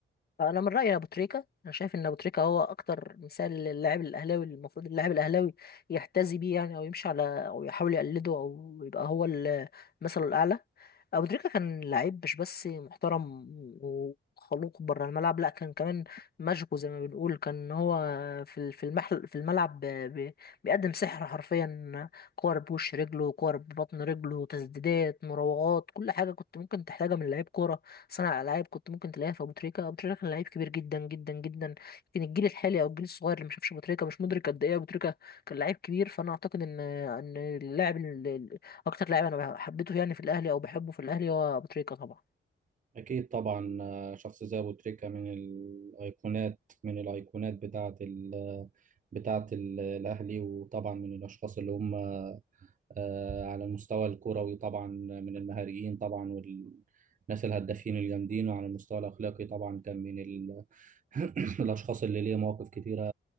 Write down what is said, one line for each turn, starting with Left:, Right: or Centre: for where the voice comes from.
Left: انا من رايي ابو تريكه انا شايف ان ابو تريكه هو اكتر مثال للاعب الاهلاوي اللي المفروض اللاعب الاهلاوي يحتذي بيه يعني او يمشي على او يحاول يقلده او يبقى هو ال- مثله الاعلى ابو تريكه كان لعيب مش بس محترم وخلوق بره الملعب لا كان كمان ماجيكو زي ما بنقول كان هو في ال- في المحل في الملعب ب- ب- بيقدم سحر حرفيا كور بوش رجله كور ببطن رجله تسديدات مراوغات كل حاجه كنت ممكن تحتاجها من لعيب كوره صانع العاب كنت ممكن تلاقيها في ابو تريكه ابو تريكه كان لعيب كبير جدا جدا جدا يمكن الجيل الحالي او الجيل الصغير اللي ما شافش ابو تريكه مش مدرك قد ايه ابو تريكه كان لعيب كبير فانا اعتقد ان ان اللاعب ال- ال- اكتر لاعب انا حبيته يعني في الاهلي او بحبه في الاهلي هو ابو تريكه طبعا
Right: أكيد طبعا آه، شخص زي أبو تريكة من الأيقونات من الأيقونات بتاعة ال بتاعة ال- الأهلي وطبعا من الأشخاص اللي هم آه، على المستوى الكروي طبعا من المهاريين طبعا والناس الهدافين الجامدين وعلى المستوى الأخلاقي طبعا كان من ال... <clears throat> الأشخاص اللي ليه مواقف كتيرة